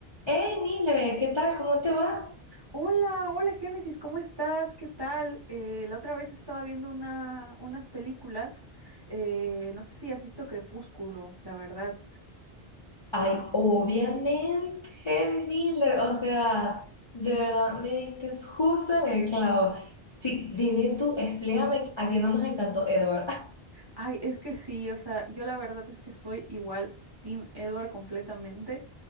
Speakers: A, on the left; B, on the right.
A: Hey, Mile, ¿qué tal? ¿Cómo te va?
B: Hola, hola Génesis, ¿cómo estás? ¿Qué tal? Eh, la otra vez estaba viendo una, unas películas, eh, no sé si has visto Crepúsculo, la verdad.
A: Ay, obviamente, Mile, o sea, de verdad me diste justo en el clavo. Sí, dime tú, explícame a quién no nos encantó Edward. <laughs>
B: Ay, es que sí, o sea, yo la verdad es que soy igual Team Edward completamente.